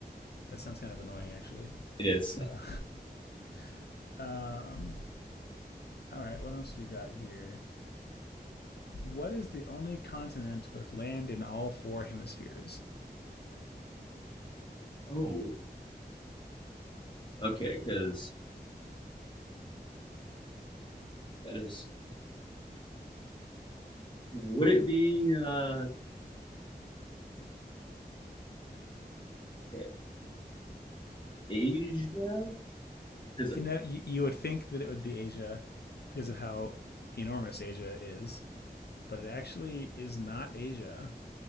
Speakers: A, on the left; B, on the left.
A: That sounds kind of annoying, actually.
B: It is.
A: Uh, <laughs> um, all right. What else do we got here? What is the only continent with land in all four hemispheres?
B: Oh, okay, because that is. Would it be uh, okay, Asia? Is it,
A: You know, you, you would think that it would be Asia because of how enormous Asia is, but it actually is not Asia.